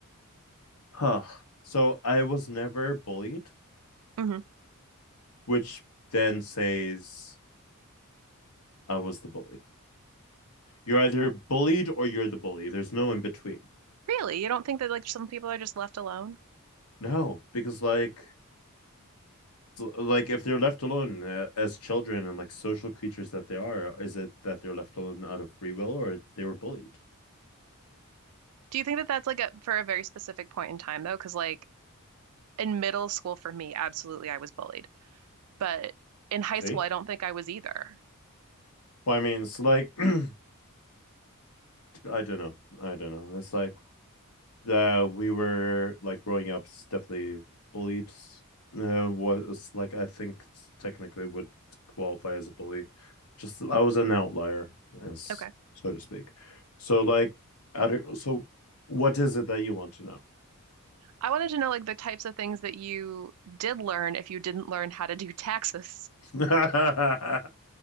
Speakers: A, on the left; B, on the right.
A: huh. So I was never bullied
B: hmm
A: which then says I was the bully. You're either bullied or you're the bully. There's no in between.
B: Really? You don't think that like some people are just left alone?
A: No, because like like if they're left alone uh, as children and like social creatures that they are, is it that they're left alone out of free will or they were bullied?
B: Do you think that that's like a for a very specific point in time though? Because like in middle school for me, absolutely, I was bullied. But in high
A: See?
B: school, I don't think I was either.
A: Well, I mean, it's like <clears throat> I don't know. I don't know. It's like that we were like growing up definitely bullied uh, was like I think technically would qualify as a bully. Just I was an outlier, as
B: Okay.
A: so to speak. So like, I don't, so what is it that you want to
B: I wanted to know like the types of things that you did learn if you didn't learn how to do taxes.
A: know?